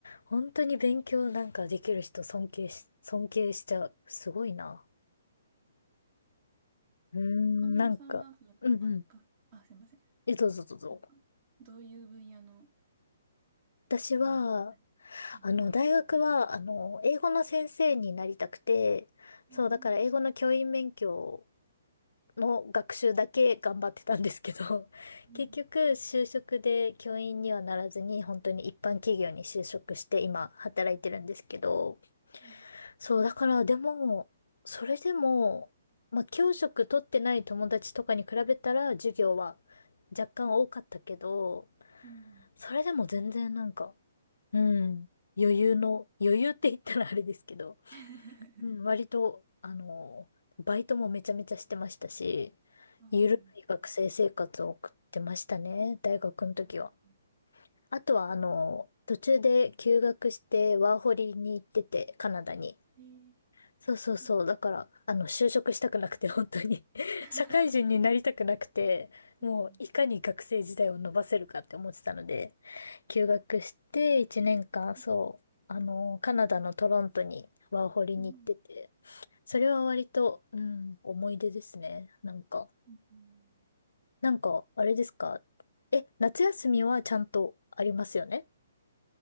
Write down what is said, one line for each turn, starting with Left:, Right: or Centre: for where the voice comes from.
Left: 本当に勉強なんかできる人尊敬し、尊敬しちゃう。すごいな。うーん、
Right: 岡村さんは、
Left: なんか、
Right: そのあの、
Left: うんうん。
Right: か、あ、すいません。
Left: え、どうぞどうぞ。
Right: なんか、どういう分野の
Left: 私は、
Right: 勉強みたいな。はい。
Left: あの、大学は、あの、英語の先生になりたくて、
Right: ああ、
Left: そう、だから英語の教員免許の学習だけ頑張ってたんですけど、<laughs>
Right: うん、
Left: 結局就職で教員にはならずに本当に一般企業に就職して今働いてるんですけど、
Right: うん、
Left: そうだからでも、それでも、まあ教職取ってない友達とかに比べたら授業は若干多かったけど、
Right: うん。
Left: それでも全然なんか、うん、余裕の、余裕って言ったらあれですけど、
Right: <laughs>
Left: うん、割と、あの、バイトもめちゃめちゃしてましたし、
Right: ああ、
Left: ゆるい学生生活を送ってましたね、大学の時は。
Right: うん、
Left: あとは、あの、途中で休学してワーホリに行ってて、カナダに。
Right: えーい
Left: そうそうそう。
Right: いね。
Left: だから、あの、就職したくなくて、本当に <laughs>
Right: <laughs>
Left: 社会人になりたくなくて、もう、
Right: うん、
Left: いかに学生時代を伸ばせるかって思ってたので、休学して、1年間、そう、
Right: うん、
Left: あの、カナダのトロントにワーホリに行ってて、
Right: うん。
Left: それは割と、うん、思い出ですね。なんか、
Right: うん
Left: なんか、あれですかえ、夏休みはちゃんとありますよね